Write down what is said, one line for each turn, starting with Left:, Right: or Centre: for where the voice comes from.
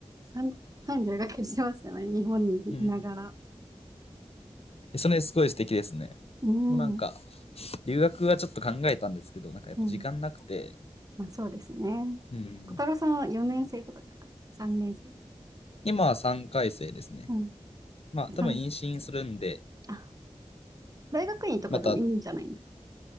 Right: 半半留学してましたね。日本にいながら。
Left: うん。でそれすごい素敵ですね。
Right: うん。
Left: もうなんか留学はちょっと考えたんですけど、なんかやっぱ時間なくて、
Right: うんまあそうですね。
Left: うん。
Right: 小太郎さんは4年生とかですか ?3 年生とか。
Left: 今は3回生ですね。
Right: うん。
Left: まあ多分妊娠するんで、
Right: 三あ、大学院とかでもいいんじゃないですか。
Left: また、